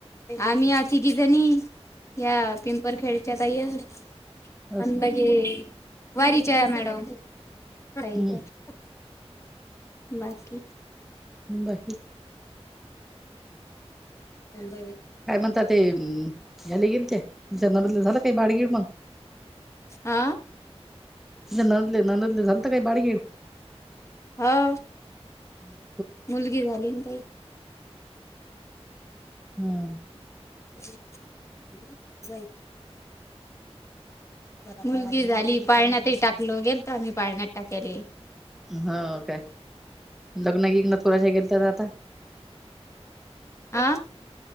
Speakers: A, on the left; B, in the centre.
A: आम्ही आ तिघिजनी या पिंपर खेड्याच्या ताई हत
B: असं
A: अंद बग
B: असं.
A: वारीच्या मॅडम <unintelligible> ह
B: हम्म
A: का बाकी
B: बाकी
A: <unintelligible> अ पय
B: काय म्हणता ते हम्म याला येईल काय ते तुच्याया नडतलं झालं काय बाडगीर मग
A: आ
B: ननदले ननदले झालंत काय बाडगीड
A: हो
B: हम्म
A: मुलगी झाली ना ताई
B: हम्म.
A: <unintelligible> मुलगी झाली पाळण्यातही टाकलो गेल तरो आम्ही पाळण्यात टाकायले
B: हा काय लग्ना गिन्गनात कोणाच्या गेलतात आता?
A: आा